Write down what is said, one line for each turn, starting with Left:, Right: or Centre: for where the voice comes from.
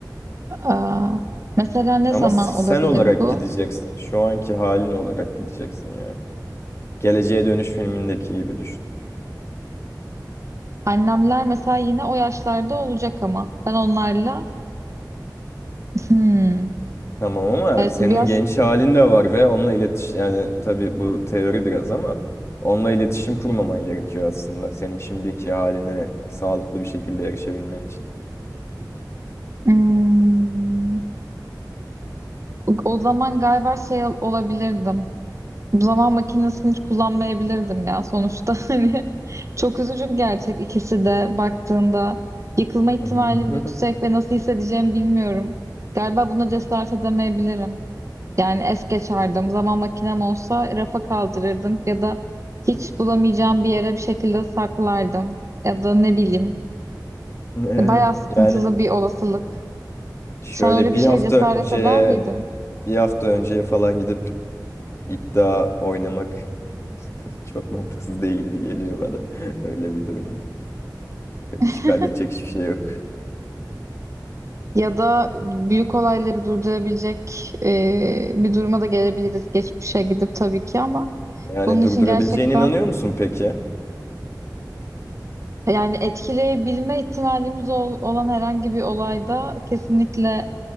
Right: Aa, mesela ne
Left: Ama
Right: zaman
Left: sen
Right: olabilir
Left: olarak
Right: bu?
Left: gideceksin. Şu anki halin olarak gideceksin yani. Geleceğe Dönüş filmindeki gibi düşün.
Right: Annemler mesela yine o yaşlarda olacak ama ben onlarla hmm,
Left: Tamam ama
Right: evet
Left: senin
Right: bu biraz
Left: genç halin de var ve onunla iletiş yani tabii bu teori biraz ama onunla iletişim kurmaman gerekiyor aslında. Senin şimdiki haline sağlıklı bir şekilde erişebilmen için.
Right: hmm, o zaman galiba şey ol- olabilirdim. Zaman makinesini hiç kullanmayabilirdim ya sonuçta <laughs> hani çok üzücü bir gerçek ikisi de baktığında yıkılma ihtimalim
Left: <laughs>
Right: yüksek ve nasıl hissedeceğimi bilmiyorum. Galiba buna cesaret edemeyebilirim. Yani es geçerdim. Zaman makinem olsa rafa kaldırırdım ya da hiç bulamayacağım bir yere bir şekilde saklardım ya da ne bileyim.
Left: Ee,
Right: Bayağı sıkıntılı
Left: Yani
Right: bir olasılık.
Left: şöyle
Right: Sen öyle bir
Left: bir
Right: şey
Left: hafta
Right: cesaret
Left: önceye
Right: eder miydin?
Left: bir hafta önce falan gidip iddia oynamak <laughs> çok mantıksız değil gibi geliyor bana. <laughs> Öyle bir durumda. Hiç
Right: <laughs>
Left: kaybedecek hiçbir şey yok.
Right: Ya da büyük olayları durdurabilecek e, bir duruma da gelebiliriz geçmişe gidip tabii ki ama
Left: Yani
Right: bunun
Left: durdurabileceğine
Right: için gerçekten
Left: inanıyor musun peki?
Right: yani etkileyebilme ihtimalimiz ol- olan herhangi bir olayda kesinlikle